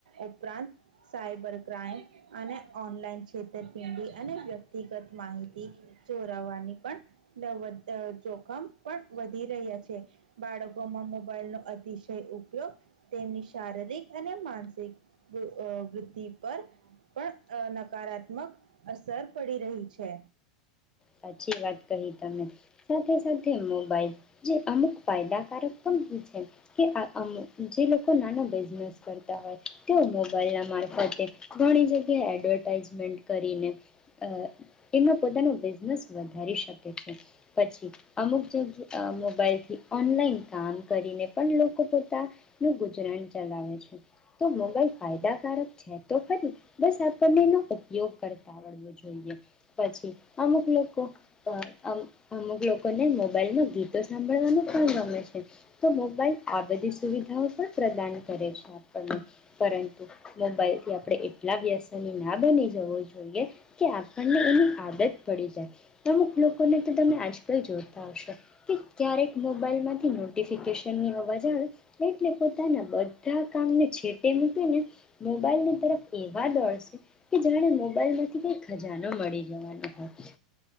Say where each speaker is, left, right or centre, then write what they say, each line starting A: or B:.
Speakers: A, on the right; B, on the left.
A: ઉપરાંત સાયબર ક્રાઈમ અને ઓનલાઈન છેતરપિંડી અને વ્યક્તિગત માહિતી ચોરાવાની પણ નવવદ અહ જોખમ પણ વધી રહ્યા છે. બાળકોમાં મોબાઈલનો અતિશય ઉપયોગ તેમની શારીરિક અને માનસિક વૃ-વૃદ્ધિ અહ પર પણ અહ નકારાત્મક અસર પડી રહી છે.
B: સાચી વાત કહી તમે સાથે સાથે મોબાઈલ જે અમુક ફાયદાકારક પણ હું છે કે અહ અમુક જે લોકો નાના બે બિઝનેસ કરતા હોય તે મોબાઈલ ના મારફતે ઘણી જગ્યાએ એડવર્ટાઈઝમેન્ટ કરીને અહ એમનો પોતાનું બિઝ નેસ વધારી શકે છે. પછી અમુક જગ્યા અહ મોબાઈલથી ઓનલાઈન કામ કરીને પણ લોકો પોતાનું ગુજરાન ચલાવે છે. તો મોબાઈલ ફાયદાકારક છે તો ખરી બસ આપણને એનો ઉપયોગ કરતા વળવો જોઈએ. પછી અમુક લોકો અહ અમ-અમુક લોકોને મોબાઈલમાં ગીતો સાંભળવાનું પણ ગમે છે. તો મોબાઈલ આ બધી સુવિધાઓ પણ પ્રદાન કરે છે આપણને. પરંતુ મોબાઈલથી આપણે એટલા વ્યસની ના બની જવું જોઈએ કે આપણને એની આદત પડી જાય. કે અમુક લોકોને તો તમે આજકાલ જોતા હશો કે ક્યારેક મોબાઈલમાંથી નોટિફિકેશનની અવાજ આવે એટલે પોતાના બધા કામને છેટે મૂકીને મોબાઈલની તરફ એવા દોડશે કે જાણે મોબાઈલમાંથી કંઈ ખજાનો મળી જવાનો હોય.